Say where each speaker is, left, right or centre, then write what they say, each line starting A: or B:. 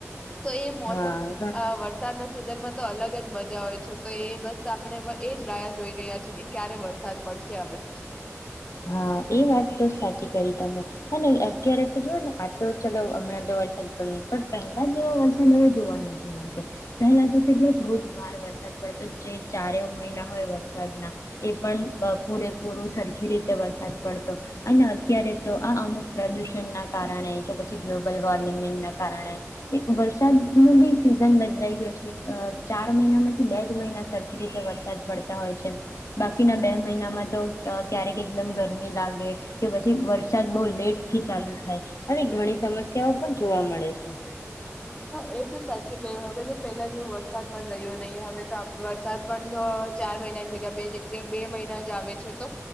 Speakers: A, on the left; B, on the left.
A: તો એ મોસમ
B: હા
A: વરસાદના સિઝનમાં તો અલગ મજા હોય છે તો એ બસ આપણે એ જ રાહ જોઈ રહ્યા છે કે ક્યારે વરસાદ પડશે હવે.
B: હા એ વાત તો સાચી કરી તમે અને અત્યારે તો જોઓ ને આ તો ચલો હમણાં તો વરસાદ પડે પણ પહેલા જેવો વરસાદ હ જોવા નથી મળતો પહેલા તો કે જો ધોધમાર વરસાદ પડતો જે ચારે મહિના હોય વરસાદના એ પણ પૂરેપૂરું સરખી રીતે વરસાદ પડતો અને અત્યારે તો આ અમુક પ્રદૂષણના કારણે કે પછી ગ્લોબલ વોર્મિમિંગ ના કારણે એક વર્ષ વરસાદ ન બી સીઝન બદલાઈ ગયું છે ચાર મહિનામાંથી બે જ મહિના સરખી રીતે વરસાદ પડતા હોય છે બાકીના બે મહિનામાં તો ક્યારેક એકદમ ગરમી લાગે કે પછી વરસાદ બહુ લેટ થી ચાલુ થાય આવી ઘણી સમસ્યાઓ પણ જોવા મળે છે.
A: હા એ તો સાચી કય્યું હવે તો પેલા જેવો વરસાદ પણ રહ્યો નહીં હવે તો વરસાદ પણ ચાર મહિનાની જગ્યા બે જગ્યા બે મહિના જ આવે છે તો